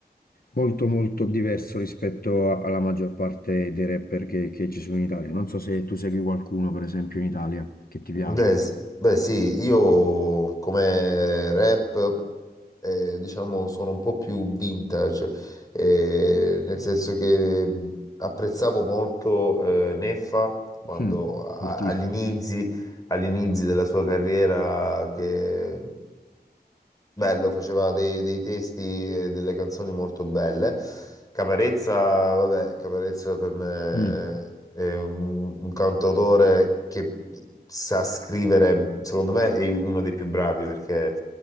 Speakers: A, on the left (about 60°); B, on the left (about 20°).
A: molto molto diverso rispetto a- alla maggior parte dei rapper che, che ci sono in Italia. Non so se tu segui qualcuno, per esempio, in Italia che ti piace.
B: Beh, s- beh, sì, io come rap, eh, diciamo, sono un po' più vintage, eh, nel senso che mh, apprezzavo molto eh, Neffa quando
A: Mm,
B: a-
A: fortissimo.
B: agli inizi, agli inizi della sua carriera che Bello, faceva dei, dei testi e delle canzoni molto belle. Caparezza, vabbè, Caparezza per me
A: Mm,
B: è un, un cantautore che sa scrivere, secondo me è uno dei più bravi perché